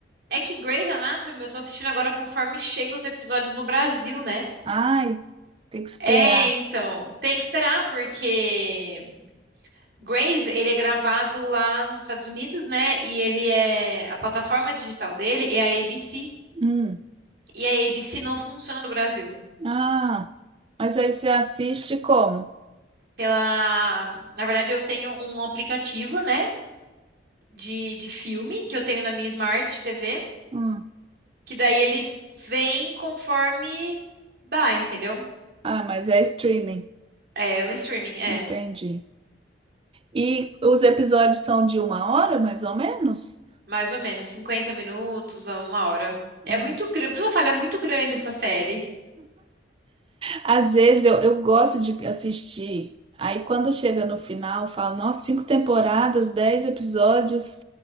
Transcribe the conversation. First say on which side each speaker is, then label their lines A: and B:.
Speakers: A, on the right; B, on the right.
A: é que Grey's Anatomy eu tô assistindo agora conforme chegam os episódios no Brasil, né?
B: Ai, tem que esperar.
A: É, então, tem que esperar, porque Graze, ele é gravado lá nos Estados Unidos, né? E ele é a plataforma digital dele é a ABC.
B: Hum.
A: E a ABC não funciona no Brasil.
B: Ah, mas aí você assiste como?
A: Pela, na verdade, eu tenho um aplicativo, né, de, de filme que eu tenho na minha Smart TV,
B: Hum.
A: que daí ele vem conforme dá, entendeu?
B: Ah, mas é streaming.
A: É o streaming, é,
B: Entendi. E os episódios são de uma hora, mais ou menos?
A: mais ou menos 50 minutos a uma hora. É
B: Hum.
A: muito grande, por isso que eu falei, é muito grande essa série.
B: Às vezes eu, eu gosto de assistir. Aí quando chega no final, eu falo, nossa, cinco temporadas, dez episódios